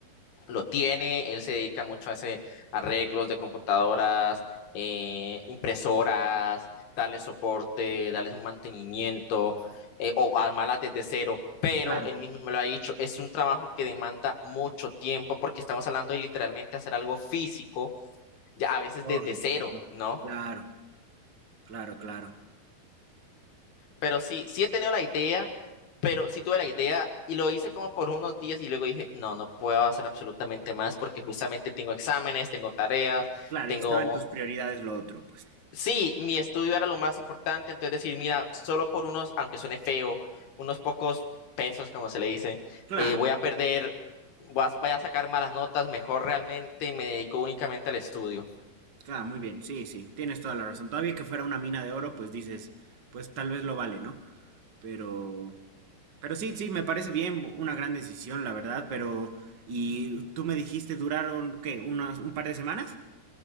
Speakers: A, on the left; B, on the right.
A: lo tiene, él se dedica mucho a hacer arreglos de computadoras, eh, impresoras, darles soporte, darles un mantenimiento eh, o armarlas desde cero. Pero
B: claro.
A: él mismo me lo ha dicho, es un trabajo que demanda mucho tiempo porque estamos hablando de literalmente hacer algo físico, ya a veces
B: Lógico,
A: desde cero,
B: lógico.
A: ¿no?
B: Claro, claro, claro.
A: Pero sí, sí he tenido la idea, pero sí tuve la idea y lo hice como por unos días y luego dije, no, no puedo hacer absolutamente más porque justamente tengo exámenes, tengo tareas,
B: Claro,
A: tengo
B: y estaba en tus prioridades lo otro, pues.
A: Sí, mi estudio era lo más importante, entonces decir, mira, solo por unos, aunque suene feo, unos pocos pesos, como se le dice,
B: Claro.
A: eh, voy a perder, voy a, voy a sacar malas notas, mejor realmente me dedico únicamente al estudio.
B: Claro, muy bien, sí, sí, tienes toda la razón. Todavía que fuera una mina de oro, pues dices, pues tal vez lo vale, ¿no? Pero, pero sí, sí, me parece bien, una gran decisión, la verdad, pero, y tú me dijiste, duraron, ¿qué? ¿Unas, un par de semanas?